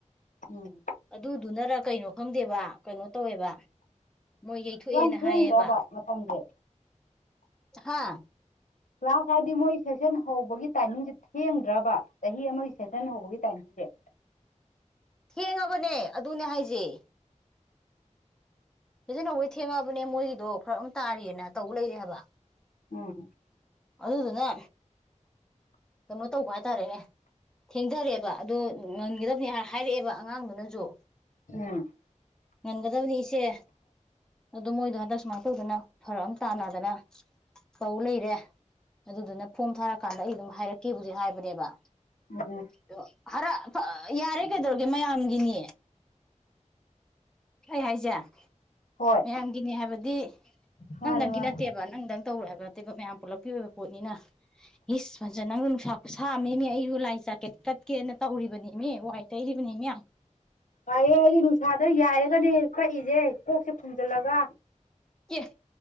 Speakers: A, on the left; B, in the centre.
A: ꯎꯝ
B: ꯑꯗꯨꯗꯨꯅꯔ ꯀꯩꯅꯣ ꯈꯪꯗꯦꯕ ꯀꯩꯅꯣ ꯇꯧꯋꯦꯕ ꯃꯣꯏ ꯌꯩꯊꯣꯛꯑꯦꯅ
A: ꯌꯥꯝ ꯊꯦꯡꯗ꯭ꯔꯕ
B: ꯍꯥꯏꯌꯦꯕ
A: ꯃꯇꯝꯁꯦ
B: ꯍꯥ
A: ꯀ꯭ꯂꯥꯁ ꯍꯥꯏꯗꯤ ꯃꯣꯏ ꯁꯦꯁꯟ ꯍꯧꯕꯒꯤ ꯇꯥꯏꯃꯤꯡꯖꯦ ꯊꯦꯡꯗ꯭ꯔꯥꯕ ꯆꯍꯤ ꯑꯃꯒꯤ ꯁꯦꯁꯟ ꯍꯧꯕꯒꯤ ꯇꯥꯏꯃꯤꯡꯖꯦ
B: ꯊꯦꯡꯉꯕꯅꯦ ꯑꯗꯨꯅꯦ ꯍꯥꯏꯖꯦ ꯁꯦꯁꯟ ꯍꯧꯕꯩ ꯊꯦꯡꯉꯑꯕꯅꯦ ꯃꯣꯏꯒꯤꯗꯣ ꯐꯔꯛ ꯑꯝ ꯇꯥꯔꯤꯌꯦꯅ ꯇꯧ ꯂꯩꯔꯦ ꯍꯥꯏꯕ
A: ꯎꯝ
B: ꯑꯗꯨꯗꯨꯅ ꯀꯩꯅꯣ ꯇꯧꯕ ꯍꯥꯏꯇꯥꯔꯦꯅꯦ ꯊꯦꯡꯗꯔꯦꯕ ꯑꯗꯣ ꯉꯟꯒꯗꯕꯅꯤ ꯍꯥꯏ ꯍꯥꯏꯔꯛꯑꯦꯕ ꯑꯉꯥꯡꯗꯨꯅꯖꯨ
A: ꯎꯝ
B: ꯉꯟꯒꯗꯕꯅꯤ ꯏꯆꯦ ꯑꯗꯨ ꯃꯣꯏꯗꯣ ꯍꯟꯇꯛ ꯁꯨꯃꯥꯏ ꯇꯧꯗꯅ ꯐꯔꯛ ꯑꯝ ꯇꯥꯅ ꯗꯅ ꯇꯧ ꯂꯩꯔꯦ ꯑꯗꯨꯗꯨꯅ ꯐꯣꯝ ꯊꯥꯔꯛ ꯀꯥꯟꯗ ꯑꯩ ꯑꯗꯨꯝ ꯍꯥꯏꯔꯛꯀꯦꯕꯨꯗꯤ ꯍꯥꯏꯕꯅꯦꯕ
A: ꯎꯝ
B: ꯗꯣ ꯍꯥꯔ ꯐ ꯌꯥꯔꯦ ꯀꯩꯗꯧꯔꯒꯦ ꯃꯌꯥꯝꯒꯤꯅꯤ ꯑꯩ ꯍꯥꯏꯖꯦ
A: ꯍꯣꯏ
B: ꯃꯌꯥꯝꯒꯤꯅꯦ ꯍꯥꯏꯕꯗꯤ
A: ꯃꯥꯅꯦ
B: ꯅꯪꯗꯪꯒꯤ
A: ꯃꯥꯅꯦ
B: ꯅꯠꯇꯦꯕ ꯅꯪꯗꯪ ꯇꯧꯔꯣꯢ ꯍꯥꯢꯕ ꯅꯠꯇꯦꯕ ꯃꯌꯥꯝ ꯄꯨꯜꯂꯞꯀꯤ ꯑꯣꯏꯕ ꯄꯣꯠꯅꯤꯅ ꯏꯁ <unintelligible> ꯅꯪꯕꯨ ꯅꯨꯡꯁꯥ ꯈꯨꯁꯥꯑꯝꯅꯦꯃꯤ ꯑꯩꯖꯨ ꯂꯥꯏ <unintelligible> ꯀꯠꯀꯦꯅ ꯇꯧꯔꯤꯕꯅꯦꯃꯤ ꯋꯥꯏ ꯇꯩꯔꯤꯕꯅꯤꯃꯤ
A: <unintelligible> ꯑꯩꯗꯤ ꯅꯨꯡꯁꯥꯗ ꯌꯥꯏꯔꯒꯅꯦ ꯀꯛꯏꯖꯦ ꯀꯣꯛꯁꯦ ꯈꯨꯝꯖꯜꯂꯒ
B: ꯑꯦ